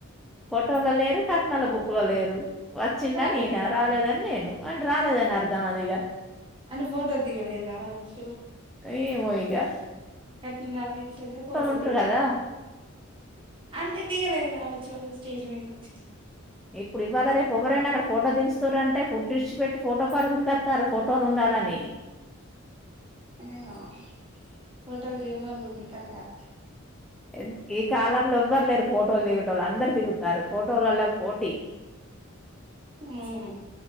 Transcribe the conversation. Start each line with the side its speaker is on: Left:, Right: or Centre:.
Centre: పోటోల లేరు కట్నాల బుక్కు లో లేరు వచ్చిండని
Right: రాలే
Centre: ఈన రాలేదని నేను అని రాలేదని అర్ దా అదిగా
Right: అని ఫోటో దిగలేదు గావచ్చు
Centre: ఏమోయిగ
Right: కట్నం రాపిచ్చలే ఫోటో
Centre: ఉంటరు
Right: దిగలే
Centre: కదా
Right: అంటే దిగలేదు కావచ్చు వాళ్ళు స్టేజ్ మీదికొచ్చి
Centre: ఇప్పుడు ఇవాళ రేపు ఎవరైన అక్కడ ఫోటో దించు తూరంటే ఫుడ్ ఇడిసి పెట్టి ఫోటో కాడికి ఉరికత్తా రు ఫోటోలు ఉండాలని
Right: ఏ ఓ పోటోల్ దిగానోళ్ళు కూడా ఉంటరు గద
Centre: ఎన్ ఈ కాాలము ఏవ్వరు లేరు ఫోటోలు దిగటోళ్ళు అందరు దిగుతారు ఫోటోలల్ల పోటీ
Right: ఉమ్